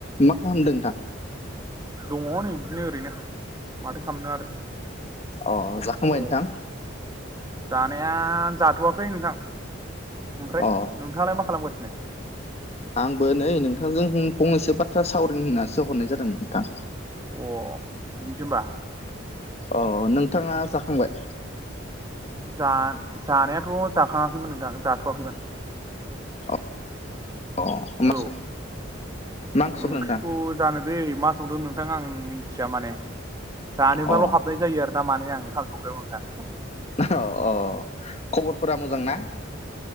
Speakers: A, on the left; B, on the right.
A: मा खालामदों नोंथां?
B: दंङो नै बिदिनो ओरैनो माथो खालामनो आरो।
A: अ जाखांबाय
B: औ
A: नोंथां।
B: जानाया जाथ'वाखै नोंथां ओमफ्राय
A: अ
B: नोंथाङालाय मा खालामगासिनो
A: आंबो नै नोंथांजों फंनैसो बाथ्रा सावरनो होननासो हरनाय जादोंमोन नोंथां।
B: अ। बिजोमबा।
A: अ नोंथाङा जाखांबाय।
B: जानायाथ' जाखाङाखैमोन नोंथां जाथ'वाखैमोन।
A: अ मा ओंख्रि
B: औ
A: संखो
B: ओंख्रिखौ
A: नोंथां?
B: जानो दै मा संदों नोंथां आं मिथिया माने। जानोबाल'
A: अ
B: हाबनाय जायो आरोना माने आं ओंखाम संग्रो नोंथा।
A: अ अ खबरफोरा मोजां ना?